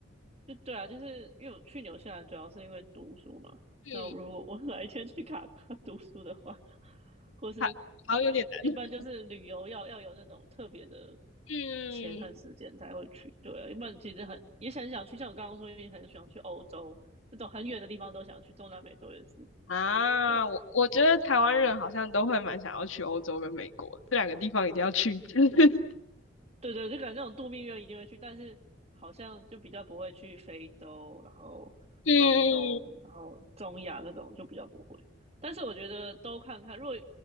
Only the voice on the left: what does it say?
嗯，
还好像有点难。
嗯，
啊，
我我觉得台湾人好像都会蛮想要去欧洲跟美国这两个地方，
一定要去一次。<laughs>
嗯嗯嗯